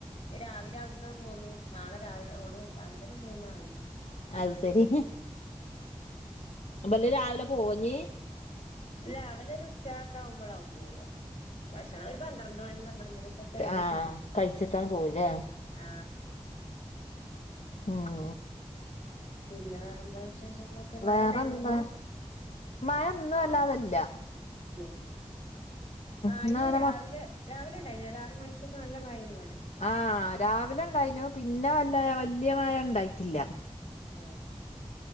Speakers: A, on the left; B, on the left.
A: ഇന്ന് രാവിലെ അവിടുന്ന് പോന്നു, നാളെ രാവിലെ, ഓള് രാവിലെ തന്നെ പോകുന്നു അറയിണ്ട്
B: അത് ശരി അപ്പ രാവിലെ പോണെ
A: രാവിലെ, ഒരു ഉച്ചയൊക്കെ ആവുമ്പോൾ ആണ്, പോവുക, ഭക്ഷണം ഒരു പന്ത്രണ്ട് മണി പന്ത്രണ്ടരക്ക
B: ആ കഴിച്ചിട്ടാണ് പോവ അല്ലേ
A: ആ
B: ഉം
A: പിന്നെ വെറെ എന്താ വിശേഷങ്ങളൊക്കെ മഴണ്ടായ്ര്ന്നാേ
B: വേറെന്താ
A: ഇന്ന്
B: മഴ ഇന്ന് വല്ലാതെല്ല
A: ഉം ആഹ്
B: ഇന്നങ്ങനെ
A: ഇന്ന് രാവിലെ
B: മ
A: രാവിലെണ്ടായ്നി ഒരാറ് മണിക്കൊക്കെ നല്ല മഴേന്നുവടെ
B: ആഹ് രാവിലെണ്ടായ്നു പിന്നെ വല്ല വല്യ മഴ ണ്ടായ്ട്ടില്ല
A: ആഹ്